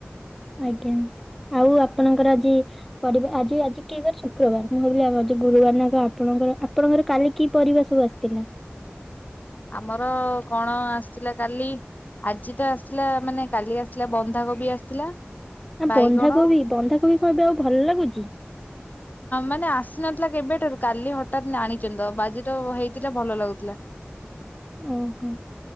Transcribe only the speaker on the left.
ଆମର କଣ ଆସିଥିଲା କାଲି ଆଜି ତ ଆସିଥିଲା ମାନେ କାଲି ଆସିଲା ବନ୍ଧାକୋବି ଆସିଥିଲା। ବାଇଗଣ
ମାନେ ଆସିନଥିଲା କେବେଠାରୁ କାଲି ହଠାତ୍ ଆଣିଛନ୍ତି ଆଜି ତ ହେଇଥିଲା ଭଲ ଲାଗୁଥିଲା।